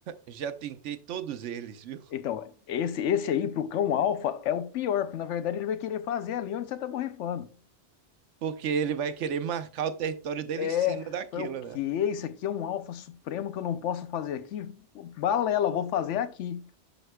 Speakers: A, on the right (about 80°); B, on the left (about 80°).
A: Já tentei todos eles, viu?
B: Então, esse, esse aí pro cão alfa é o pior, porque na verdade ele vai querer fazer ali onde você tá borrifando.
A: Porque ele vai querer marcar o território dele
B: É,
A: em cima daquilo,
B: foi o quê?
A: né?
B: Isso aqui é um alfa supremo que eu não posso fazer aqui? Balela, vou fazer aqui.